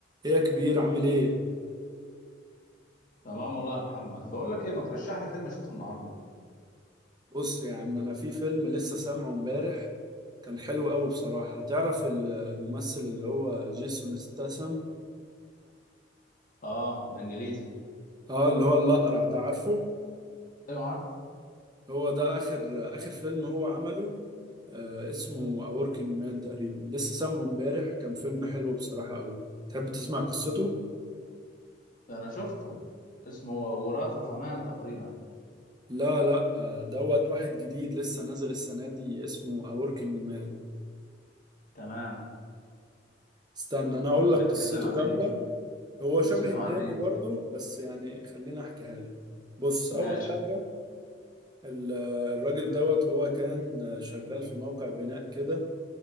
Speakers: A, on the right; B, on the left.
A: ايه يا كبير عامل ايه؟
B: تمام والله يا محمد بقول لك ايه ما ترشح لي فيلم اشوفه النهارده
A: بص يا عم انا في فيلم لسه سامعه امبارح كان حلو قوي بصراحة تعرف ال- الممثل اللي هو جيسون ستاثام
B: اه ده انجليزي
A: اه اللي هو الأقرع ده عارفه؟
B: ايوه عارف
A: هو ده اخر اخر فيلم هو عمله آه اسمه A Working Man تقريبا لسه سامعه امبارح كان فيلم حلو بصراحة قوي تحب تسمع قصته؟
B: ده انا شفته اسمه وراث فمان تقريبا
A: لا لا آه، دوت واحد جديد لسه نازل السنة دي اسمه A Working Man
B: تمام
A: استنى انا اقول
B: طب
A: لك
B: بيتكلم
A: قصته
B: عن
A: كاملة
B: ايه
A: هو
B: قصته
A: شبه التاني
B: عن ايه
A: برضه بس يعني خليني احكيها لك بص
B: ماشي
A: اول حاجه ال- الراجل دوت هو كان شغال في موقع بناء كده